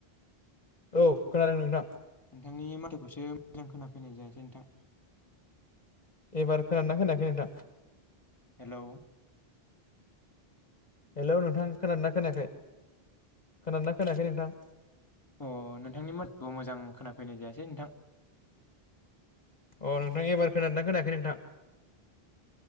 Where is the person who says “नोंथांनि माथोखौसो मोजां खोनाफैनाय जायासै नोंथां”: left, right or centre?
Left